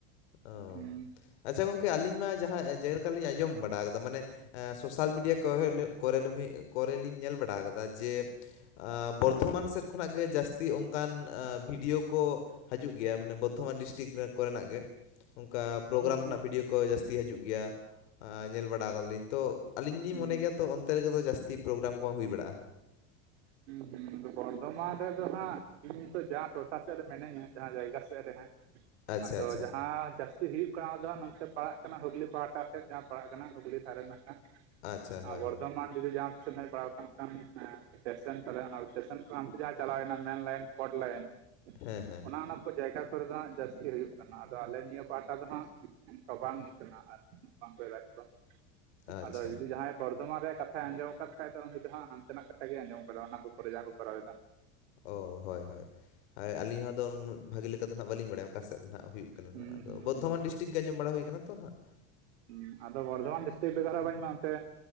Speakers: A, on the left; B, on the right.
A: ᱚ
B: ᱦᱩᱸ
A: ᱟᱪᱪᱷᱟ ᱜᱚᱝᱠᱮ ᱟᱹᱞᱤᱧ ᱢᱟ ᱡᱟᱦᱟᱸ, ᱡᱮ ᱞᱮᱠᱟ ᱞᱤᱧ ᱟᱸᱡᱚᱢ ᱵᱟᱲᱟ ᱟᱠᱟᱫᱟ ᱢᱟᱱᱮ᱾ ᱥᱳᱥᱟᱞ ᱢᱤᱰᱤᱭᱟ ᱠᱚᱨᱮ ᱠᱚᱦᱮ ᱠᱚᱨᱮ ᱞᱚᱦᱮ ᱠᱚᱨᱮ ᱞᱤᱧ ᱧᱮᱞ ᱵᱟᱲᱟ ᱠᱟᱫᱟ ᱡᱮᱼᱼ ᱚ ᱵᱚᱨᱫᱷᱚᱢᱟᱱ ᱥᱮᱫ ᱠᱷᱚᱱᱟᱜ ᱜᱮ ᱡᱟᱹᱥᱛᱤ ᱚᱱᱠᱟᱱ ᱵᱷᱤᱰᱭᱳ ᱠᱚ ᱦᱤᱡᱩᱜ ᱜᱮᱭᱟ ᱢᱟᱱᱮ᱾ ᱵᱚᱨᱫᱷᱚᱢᱟᱱ ᱰᱤᱥᱴᱤᱠ ᱠᱚᱨᱮᱱᱟᱜ ᱜᱮ, ᱚᱱᱠᱟ ᱯᱨᱳᱜᱨᱟᱢ
B: ᱦᱩᱸ
A: ᱨᱮᱱᱟᱜ ᱵᱷᱤᱰᱭᱳ ᱠᱚᱼᱼ ᱠᱚ ᱡᱟᱥᱛᱤ ᱦᱤᱡᱩᱜ ᱜᱮᱭᱟ ᱧᱮᱞ ᱵᱟᱲᱟ ᱠᱟᱫᱟ ᱛᱚ ᱟᱹᱞᱤᱧ
B: ᱦᱩᱸ
A: ᱞᱤᱧ ᱢᱚᱱᱮ ᱜᱮᱭᱟ ᱛᱚ ᱚᱱᱼᱼ ᱚᱱᱛᱮ ᱨᱮᱜᱮ ᱫᱚ ᱡᱟᱹᱥᱛᱤ ᱯᱨᱳᱜᱨᱟᱢ ᱠᱚ ᱦᱩᱭ ᱵᱟᱲᱟᱜᱼᱟ ᱾
B: ᱦᱩᱸ ᱦᱩᱸ ᱵᱚᱨᱫᱷᱚᱢᱟᱱ ᱨᱮᱫᱚ ᱦᱟᱸᱜ ᱤᱧ ᱱᱤᱛᱚᱜ ᱡᱟᱦᱟᱸ ᱴᱚᱴᱷᱟ ᱥᱮᱫ ᱨᱮ ᱢᱤᱱᱟᱹᱧᱟ᱾ ᱡᱟᱦᱟᱸ ᱡᱟᱭᱜᱟ ᱥᱮᱜ ᱨᱮ ᱦᱟᱜ
A: ᱟᱪᱪᱷᱟ
B: ᱟᱫᱚ
A: ᱟᱪᱪᱷᱟ
B: ᱡᱟᱦᱟᱸ ᱡᱟᱹᱥᱛᱤ ᱦᱩᱭᱩᱜ ᱠᱟᱱᱟ ᱚᱱᱟ ᱫᱚ ᱦᱟᱸᱜ ᱱᱚᱱᱛᱮ ᱯᱟᱲᱟᱜ ᱠᱟᱱᱟ ᱦᱩᱜᱽᱞᱤ ᱯᱟᱦᱴᱟ ᱥᱮᱫ ᱡᱟᱦᱟᱸ ᱯᱟᱲᱟᱜ ᱠᱟᱱᱟ ᱦᱩᱜᱽᱞᱤ ᱫᱷᱟᱨᱮ ᱨᱮᱱᱟᱜ
A: ᱟᱪᱪᱷᱟ ᱦᱳᱭ
B: ᱮ ᱵᱚᱨᱫᱷᱚᱢᱟᱱ
A: ᱦᱳᱭ
B: ᱡᱩᱫᱤ ᱡᱟᱦᱟᱸ ᱛᱤᱥᱮᱢ ᱦᱮᱡ ᱵᱟᱲᱟ ᱟᱠᱟᱱ ᱠᱷᱟᱱ ᱴᱮᱥᱮᱱ ᱛᱟᱞᱮ ᱚᱱᱟ ᱴᱮᱥᱚᱱ ᱠᱷᱚᱱ ᱦᱟᱱᱛᱮ ᱡᱟᱦᱟᱸ ᱪᱟᱞᱟᱣ ᱮᱱᱟ ᱢᱮᱱ ᱞᱟᱭᱤᱱ ᱠᱳᱴ ᱞᱟᱭᱤᱱ
A: ᱦᱮᱸ ᱦᱮᱸ
B: ᱚᱱᱟ ᱚᱱᱟ ᱠᱚ ᱡᱟᱭᱜᱟ ᱠᱚᱨᱮ ᱫᱚ ᱦᱟᱸᱜ ᱡᱟᱹᱥᱛᱤ ᱦᱩᱭᱩᱜ ᱠᱟᱱᱟ ᱟᱫᱚ ᱟᱞᱮ ᱱᱤᱭᱟᱹ ᱯᱟᱦᱴᱟ ᱫᱚ ᱦᱟᱸᱜ ᱚᱱᱠᱟ ᱵᱟᱝ ᱦᱩᱭᱩᱜ ᱠᱟᱱᱟ ᱟᱨ ᱵᱟᱝ ᱠᱚ ᱮᱞᱟᱣ ᱮᱫ ᱠᱚᱣᱟ
A: ᱟᱪᱪᱷᱟ
B: ᱟᱫᱚ ᱡᱩᱫᱤ ᱡᱟᱦᱟᱸᱭ ᱵᱚᱨᱫᱷᱚᱢᱟᱱ ᱨᱮᱭᱟᱜ ᱠᱟᱛᱷᱟᱭ ᱟᱸᱡᱚᱢ ᱟᱠᱟᱫ ᱠᱷᱟᱡ ᱫᱚ ᱩᱱᱤ ᱫᱚ ᱦᱟᱸᱜ ᱦᱟᱱᱛᱮ ᱱᱟᱜ ᱠᱟᱛᱷᱟ ᱠᱟᱛᱷᱟ ᱜᱮ ᱟᱡᱚᱢ ᱠᱟᱫᱟ ᱚᱱᱟ ᱠᱩ ᱠᱚᱨᱮ ᱡᱟᱦᱟᱸ ᱠᱩ ᱠᱚᱨᱟᱣ ᱮᱫᱟ
A: ᱚ ᱦᱳᱭ ᱦᱳᱭ ᱦᱳᱭ ᱟᱹᱞᱤᱧ ᱦᱚᱸ ᱫᱚ ᱵᱷᱟᱜᱮ ᱞᱮᱠᱟ ᱫᱚ ᱱᱟᱦᱟᱸᱜ ᱵᱟᱹᱞᱤᱧ ᱵᱟᱲᱟᱭᱟ ᱚᱠᱟ ᱥᱮᱫ ᱱᱟᱜ ᱦᱩᱭᱩᱜ ᱠᱟᱱᱟ
B: ᱦᱩᱸ
A: ᱱᱟᱜ ᱟᱫᱚ
B: ᱦᱩᱸ
A: ᱵᱚᱨᱫᱷᱚᱢᱟᱱ
B: ᱦᱩᱸ
A: ᱰᱤᱥᱴᱤᱠ ᱜᱮ ᱟᱸᱡᱚᱢ ᱵᱟᱲᱟ ᱦᱩᱭ ᱠᱟᱱᱟ ᱛᱚ ᱱᱟᱜ
B: ᱦᱩ ᱟᱫᱚ ᱵᱚᱨᱫᱷᱚᱢᱟᱱ ᱰᱤᱥᱴᱤᱠ ᱵᱮᱜᱚᱨ ᱢᱟ ᱚᱱᱛᱮ